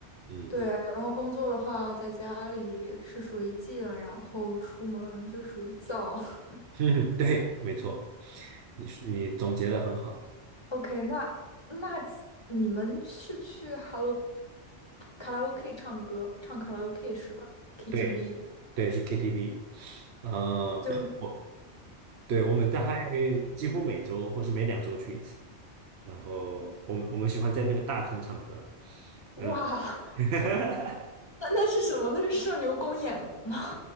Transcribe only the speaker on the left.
对，然后工作的话，在家里是属于静，然后出门就属于躁。<laughs>
OK，那那其你们是去 Hello 卡拉 OK 唱歌，唱卡拉 OK 是吧？KTV
就是
哇，
<laughs> 那那是什么？那是社牛公演吗